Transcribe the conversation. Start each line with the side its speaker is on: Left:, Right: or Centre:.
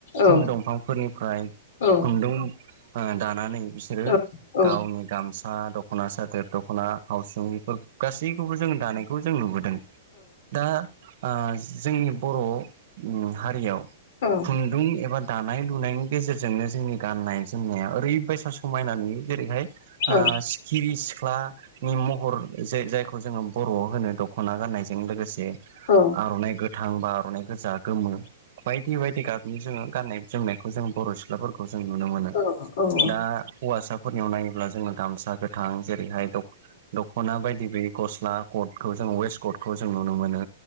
Right: खुन
Left: औ
Right: दंफांफोरनिफ्राय
Left: औ
Right: खुन्दुं ओ दानानै बिसोरो
Left: औ औ
Right: गावनि गामसा दखना सादोर दखना थवसुमि फोर गासैखौबो जोङो दानायखौ जों नुबोदों दा आ जोंनि बर' हारियाव
Left: औ
Right: खुन्दुं एबा दानाय लुनायनि गेजेरजोंनो जोंनि गाननाय जोमनाया ओरैबायसा समायना नुयो जेरैहाय आ
Left: औ
Right: सि खिरि सिख्लानि महर जे जायखौ जोङो बर'आव होनो दखना गाननाय जों लोगोसे
Left: औ
Right: आरनाइ गोथां बा आरनाइ गोजा गोमो बायदि बायदि गाबनि जोङो गाननाय जोमनायखौ जों बर' सिख्लाफोरखौ जों नुनो मोनो
Left: औ औ
Right: दा हौवासाफोरनियाव नायोब्ला जोङो गामसा गोथां जेरैहाय दख दखना बायदि बैयै गस्ला कटखौ जों वेस्ट कटखौ जों नुनो मोनो